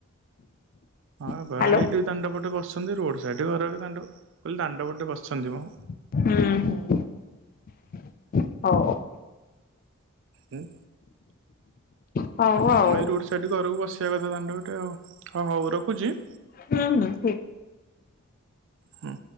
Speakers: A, on the right (about 60°); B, on the left (about 40°).
A: ହଁ
B: ହ୍ୟାଲୋ
A: ବାବା ଏଇଠି ଦାଣ୍ଡ ପଟେ ବସିଛନ୍ତି ରୋଡ ସାଇଡ୍ ଘର ଦାଣ୍ଡ କହିଲେ ଦାଣ୍ଡ ପଟେ ବସିଛନ୍ତି ମ।
B: ହୁଁ ହୁଁ ହଉ।
A: ହୁଁ।
B: ହଉ
A: ହଁ
B: ଆଉ
A: ମୁଁ ଏଇ ରୋଡ ସାଇଡ ଘରକୁ ବସିବା କଥା ଦାଣ୍ଡ ପଟେ ହ ହଉ ରଖୁଛି।
B: ହୁଁ ହୁଁ।
A: ହୁଁ।